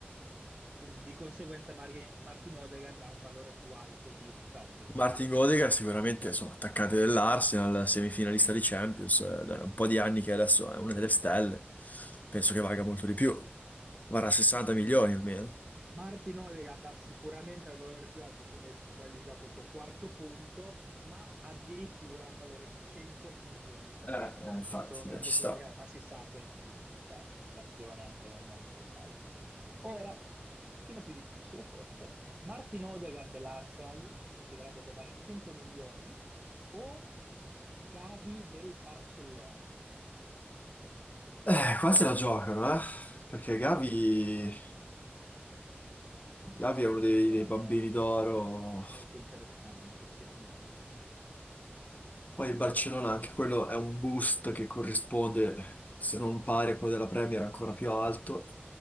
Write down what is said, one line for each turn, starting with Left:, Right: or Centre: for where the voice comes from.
Right: Più basso, quindi di conseguenza Mar- Martin Odegaard ha un valore più alto di Ferguson.
Left: Martin
Right: Questa
Left: Odegaard sicuramente, insomma, attaccante dell'Arsenal, semifinalista di Champions, eh, da un po' di anni che adesso è una delle stelle, penso che valga molto di più, varrà 60 milioni almeno.
Right: Martin Odegaard dà sicuramente al valore più alto, quindi hai totalizzato il tuo quarto punto, ma addirittura un valore di 100 milioni
Left: Eh,
Right: di euro
Left: eh, infatti,
Right: in questo momento
Left: dai, ci
Right: sul
Left: sta.
Right: mercato, ma si sa che c'è inflazione anche nel mondo del calcio. Ora, un pochino più difficile forse, Martin Odegaard dell'Arsenal, considerando che vale 100 milioni, o Gavi del Barcellona?
Left: Eh, qua se la giocano, eh? Perché Gavi, Gavi è uno
Right: È
Left: dei,
Right: un giovane
Left: dei bambini d'oro.
Right: molto interessante, sì, molto interessante,
Left: Poi il Barcellona,
Right: ma varrà...
Left: anche quello è un boost che corrisponde, se non pari a quello della Premier, ancora più alto.